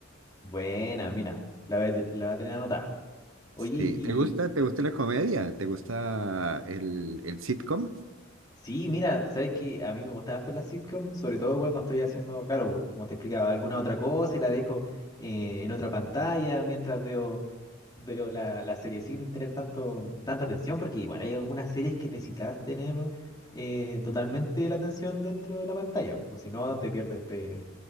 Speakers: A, on the left (about 20°); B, on the right (about 85°).
A: Buena, mira, la, voy a- la va a tener anotada. Oye,
B: Sí,
A: y
B: ¿te gusta? ¿Te gusta la comedia? ¿Te gusta el, el sitcom?
A: Sí, mira, sabes que a mí me gustan harto las sitcoms, sobre todo cuando estoy haciendo, claro, como te explicaba, alguna otra cosa y la dejo eh, en otra pantalla mientras veo, veo la, la serie sin tener tanto, tanta atención, porque igual hay algunas series que necesitas tener eh, totalmente la atención dentro de la pantalla, o si no te pierdes pe,